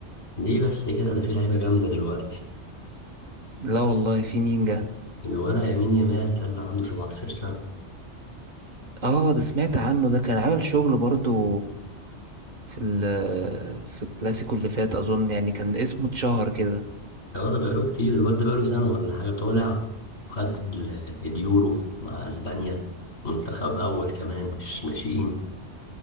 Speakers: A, on the left; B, on the right.
A: ليه بس كده ده في لعيبه جامده دلوقتي
B: لا والله في مين جه
A: الولا يمين يمال ده اللي عنده 17 سنه
B: اه ده سمعت عنه ده كان عامل شغل برضو في ال في الكلاسيكو اللي فات اظن يعني كان اسمه اتشهر كده
A: اه ده بقاله كتير الواد ده بقاله سنه ولا حاجه طالع خد ال- اليورو مع اسبانيا منتخب اول كمان مش ناشئين